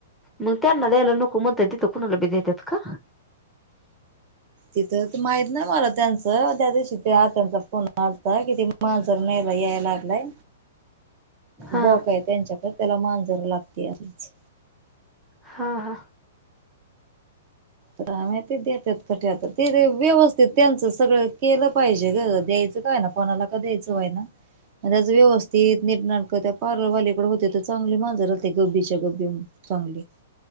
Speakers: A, in the centre; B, on the right.
A: मग त्यांना द्यायला नको म्हणत देत कुणाला बी देतात का
B: तिथं माहित नाही मला त्यांचं त्या दिवशी ते आतचा फोन आलता किती मांजर न्यायला याय लागलाय
A: हा
B: बोका आहे त्यांच्याकडे त्याला मांजर लागते असच.
A: हा हा.
B: काय माहिती ते देतात का ठेवतात ते व्यवस्थित त्यांचं सगळं केलं पाहिजे ग. द्यायचं काय कोणाला क द्यायचंय होईना. त्याचं व्यवस्थित निटनाक त्या पार्लरवाल्याकडे होते तर चांगली मांजर राहते गब्बीच्या गब्बी. चांगली